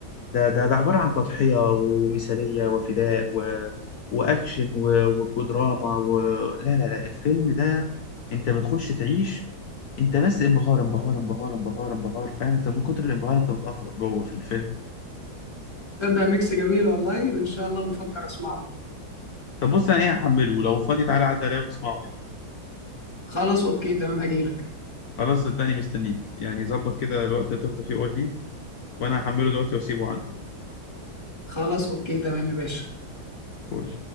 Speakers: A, on the left (about 65°); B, on the left (about 15°).
A: ده ده ده عبارة عن تضحية ومثالية وفداء و... وأكشن و... وكدراما و... لا لا لا الفيلم ده أنت بتخش تعيش أنت بس انبهار انبهار انبهار انبهار انبهار فاهم أنت من كتر الانبهار أنت بتأفور جوه في الفيلم
B: تصدق ميكس جميل والله وان شاء الله بفكر اسمعه
A: طب بص أنا إيه هحمله لو فاضي تعالى عدى عليا ونسمعه يعني
B: خلاص اوكي تمام هجيلك
A: خلاص صدقني مستنيك يعني ظبط كده الوقت اللي تفضى فيه قول لي وأنا هحمله دلوقتي وأسيبه عندي
B: خلاص اوكي تمام يا باشا
A: فل